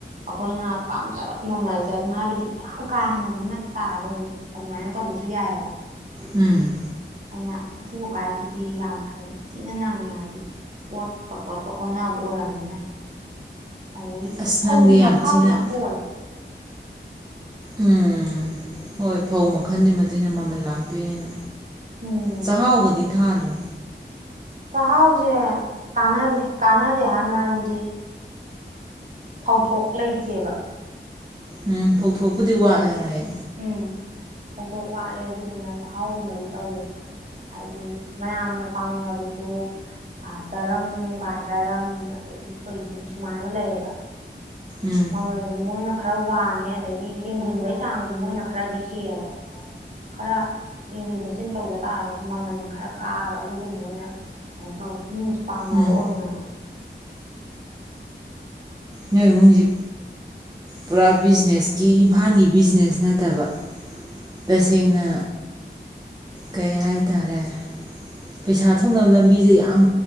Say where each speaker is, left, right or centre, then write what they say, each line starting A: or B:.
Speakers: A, on the right; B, on the right.
A: ꯑꯩꯈꯣꯏꯅ ꯄꯥꯝꯖꯕ ꯃꯃꯜꯁꯦ ꯑꯗꯨꯝ ꯍꯥꯏꯕꯗꯤ ꯌꯥꯝ ꯀꯥ ꯍꯦꯟꯅꯃꯛ ꯅꯠꯇ ꯇꯥꯔꯒꯁꯨ ꯑꯗꯨꯃꯥꯏꯅ ꯇꯧꯕꯁꯨ ꯌꯥꯏꯑꯦꯕ
B: ꯎꯝ
A: ꯑꯗꯨꯅ ꯑꯊꯨ ꯑꯀꯥꯏꯒꯤꯗꯤ ꯌꯥꯝ ꯐꯖꯅ ꯊꯤꯅ ꯅꯪꯉꯦ ꯍꯥꯏꯗꯤ ꯄꯣꯠꯀ ꯄꯣꯠꯀ ꯑꯣꯟꯅꯕ ꯑꯣꯏꯔꯕꯅꯤꯅ ꯑꯗꯗꯒꯤ
B: ꯑꯁ
A: ꯐꯧꯒꯤ
B: ꯅꯪꯗꯤ
A: ꯃꯈꯥꯁꯨ
B: ꯊꯤꯅ
A: ꯌꯥꯝ ꯄꯣꯜꯂꯦ
B: ꯎꯝ ꯍꯣꯏ ꯐꯧ ꯃꯈꯜꯗꯨꯒꯤ ꯃꯇꯨꯡ ꯏꯟꯅ ꯃꯃꯜ ꯂꯥꯛꯇꯣꯏꯅꯤꯅꯦ
A: ꯎꯝ
B: ꯆꯍꯥꯎꯒꯗꯤ ꯊꯗꯔꯣ
A: ꯆꯥꯛꯍꯥꯎꯁꯦ ꯀꯥꯟꯅꯗꯦ ꯀꯥꯟꯅꯗꯦ ꯍꯥꯏ ꯃꯔꯝꯗꯤ ꯐꯧꯊꯣꯛ ꯂꯩꯇꯦꯕ
B: ꯎꯝ ꯐꯧꯊꯣꯛꯄꯨꯗꯤ ꯋꯥꯠꯂꯦ ꯍꯥꯏ
A: ꯎꯝ ꯐꯧꯊꯣꯛ ꯋꯥꯠꯂꯦ ꯑꯗꯨꯗꯨꯅ ꯆꯥꯛꯍꯥꯎꯒꯨꯝꯕꯗꯤ ꯇꯧꯔꯦ ꯍꯥꯏꯗꯤ ꯃꯌꯥꯝꯅ ꯄꯥꯝꯅꯕꯁꯨ ꯑꯗꯨ ꯗꯔꯝꯒ ꯗꯔꯝ ꯑꯗꯒꯤ ꯊꯣꯏꯕꯤ ꯁꯨꯃꯥꯏꯅꯒ ꯂꯩꯌꯦꯕ
B: ꯎꯝ
A: ꯃꯃꯜꯖꯦ ꯃꯣꯏꯅ ꯈꯔ ꯋꯥꯡꯉꯦ ꯑꯗꯒꯤ ꯌꯦꯡꯁꯤꯟꯕꯒꯤ ꯆꯥꯡ ꯑꯗꯨ ꯃꯣꯏꯅ ꯈꯔꯗꯤ ꯍꯦꯜꯂꯦ ꯈꯔ ꯌꯦꯡꯁꯤꯟ ꯈꯣꯠꯆꯤꯟ ꯇꯧꯖ ꯇꯥꯔꯒꯁꯨ ꯃꯃꯟ ꯈꯔ ꯀꯥꯕ ꯑꯗꯨꯒꯨꯝꯕ ꯑꯣꯏꯅ ꯀꯩꯅꯣ ꯇꯧꯋꯦ ꯃꯤꯅꯁꯨ ꯄꯥꯝꯅꯕ
B: ꯎꯝ
A: ꯑꯣꯏꯅ
B: ꯅꯣꯏ ꯏꯃꯨꯡꯁꯤ ꯄꯨꯔꯥ ꯕꯤꯖꯤꯅꯦꯁꯀꯤ ꯏꯝꯐꯥꯜꯒꯤ ꯕꯤꯖꯤꯅꯦꯁ ꯅꯠꯇꯕ ꯇꯁꯦꯡꯅ ꯀꯩ ꯍꯥꯏꯇꯥꯔꯦ ꯄꯩꯁꯥ ꯊꯣꯛꯅꯕ ꯂꯝꯕꯤꯁꯦ ꯌꯥꯝ